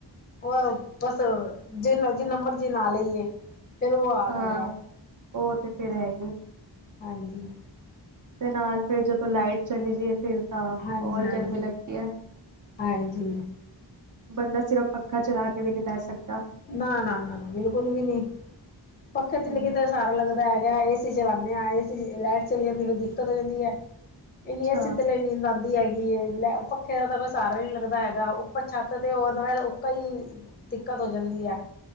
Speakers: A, on the left (about 20°); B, on the right (about 45°).
A: ਉਹ ਬਸ ਜਿੰਨਾ-ਜਿੰਨਾ ਮਰਜੀ ਨਾ ਲਈਏ। ਫੇਰ ਉਹ ਆਲਗ
B: ਹਾਂ
A: ਐ,
B: ਉਹ ਤੇ ਫਿਰ ਹੈ ਹੀ
A: ਹਾਂਜੀ।
B: ਤੇ ਨਾਲ ਫੇਰ ਜਦੋਂ ਲਾਈਟ ਚਲੀ ਜੇ। ਫਿਰ ਤਾਂ
A: ਹਾਂਜੀ
B: ਹੋਰ
A: ਹਾਂਜੀ
B: ਗਰਮੀ ਲਗਤੀ ਹੈ।
A: ਹਾਂਜੀ
B: ਬੰਦਾ ਸਿਰਫ ਪੱਖਾ ਚਲਾ ਕੇ ਵੀ ਨੀ ਬਹਿ ਸਕ
A: ਨਾ-ਨਾ, ਨਾ-ਨਾ ਬਿਲਕੁਲ ਵੀ ਨੀ, ਪੱਖੇ ਤਿਲਕਿ
B: ਹਮ
A: ਤਰ ਡਰ ਲੱਗਦਾ ਹੈਗਾ, ਏਸੀ ਚਲਾਣੇ ਆ, ਏਸੀ 'ਚ ਏ ਲਾਈਟ ਚਲੀ ਜਾਂਦੀ ਫੇਰ ਦਿੱਕਤ ਹੋ ਜਾਂਦੀ ਐ। ਇੰਨੀ
B: ਅੱਛਾ
A: ਏਸੀ ਤੇ ਲਈ ਨੀਂਦ ਆਉਂਦੀ ਹੈਗੀ ਏ, ਲੈ ਪੱਖੇ ਦਾ, ਤਾਂ ਕੋਈ ਸਹਾਰਾ ਨੀ ਲੱਗਦਾ ਹੈਗਾ, ਉੱਪਰ ਛੱਤ ਤੇ ਓਹ ਦਵੈਰ ਉਕਾ ਈ ਬ ਦਿੱਕਤ ਹੋ ਜਾਂਦੀ ਐ।